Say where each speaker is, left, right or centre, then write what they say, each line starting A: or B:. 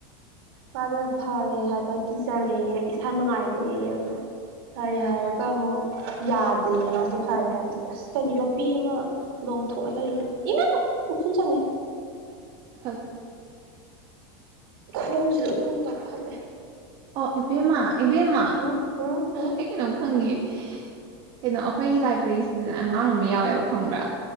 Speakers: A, on the right; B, on the right.
A: ꯃꯥꯗ ꯐꯔꯦ ꯍꯥꯏꯕ ꯀꯤꯖꯔꯦ ꯏꯁꯥ ꯅꯨꯡꯉꯥꯏꯔꯦ ꯑꯣꯏꯅ ꯐꯔꯦ ꯍꯥꯏꯔꯒ ꯑꯃꯨꯛ ꯌꯥ ꯑ ꯃꯥꯁꯤꯦ ꯐꯔꯦ ꯍꯥꯏꯕꯁꯦ ꯑꯁ ꯀꯩꯅꯣ ꯌꯣꯠꯄꯤ ꯑꯃ ꯂꯣꯡꯊꯣꯛꯑ ꯂꯩꯔꯦ ꯏꯃꯥ ꯎꯐꯨꯟ ꯆꯪꯉꯦ
B: ꯍ
A: ꯈꯣꯡꯁꯤꯗ ꯎꯐꯨꯜ ꯀꯥꯞꯈꯠꯂꯦ
B: ꯑꯣ ꯏꯕꯦꯝꯃ ꯏꯕꯦꯝꯃ
A: ꯍꯨꯝ ꯍꯨꯝ ꯍꯨꯝ
B: ꯑꯩ ꯀꯩꯅꯣꯝ ꯈꯪꯉꯦ ꯀꯩꯅꯣ ꯑꯩꯈꯣꯏꯒꯤ ꯂꯥꯏꯕ꯭ꯔꯦꯔꯤꯁꯤꯗꯅ ꯑꯉꯥꯡ ꯑꯃ ꯌꯥꯎꯋꯦꯕ ꯈꯪꯕ꯭ꯔꯥ